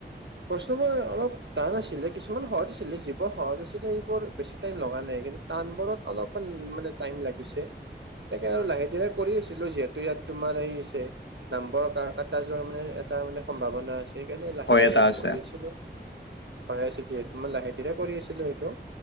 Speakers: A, on the right (about 80°); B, on the left (about 85°).
A: প্ৰশ্নবোৰ অলপ টান আছিলে। কিছুমান সহজ আছিলে, যিবোৰ সহজ আছিলে সেইবোৰ বেছি টাইম লগা নাই কিন্তু টানবোৰত অলপমান মানে টাইম লাগিছে। এনেকে আৰু লাহে - ধীৰে কৰি আছিলো যিহেতু ইয়াত তোমাৰ হেৰি আছে নাম্বৰ কা কাটা যোৱাৰ মানে এটা মানে সম্ভাৱনা আছে সেইকাৰণে লাহে
B: হয়
A: -ধীৰে
B: এটা আছে
A: কৰি আছিলো। চাই-চিটিয়ে মই মানে লাহে-ধীৰে কৰি আছিলো এইটো।